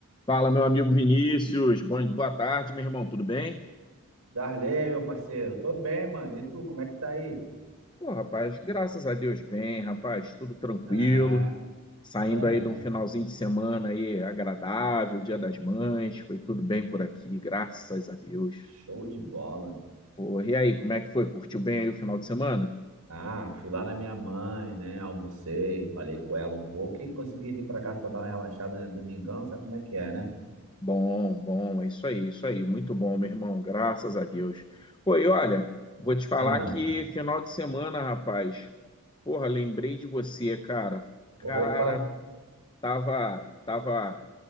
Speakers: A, on the left; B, on the right.
A: Fala, meu amigo Vinícius. Bom, boa tarde, meu irmão. Tudo bem?
B: Darley, meu parceiro, tô bem, mano. E tu, como é que tá aí?
A: Pô, rapaz, graças a Deus, bem, rapaz. Tudo tranquilo.
B: Ah,
A: Saindo
B: aí é
A: aí
B: bom.
A: de um finalzinho de semana aí agradável, Dia das Mães. Foi tudo bem por aqui, graças a Deus.
B: Show de bola.
A: Pô, e aí, como é que foi? Curtiu bem aí o final de semana?
B: Ah, fui lá na minha mãe, né? Almocei, falei com ela um pouco e consegui vir pra casa pra dar uma relaxada, né? Domingão, sabe como é que é, né?
A: Bom, bom, é isso aí, isso aí. Muito bom, meu irmão. Graças a Deus. Pô, e olha, vou te falar
B: Ah,
A: que final de semana, rapaz. Porra, lembrei de você, cara. Cara.
B: opa,
A: Tava, tava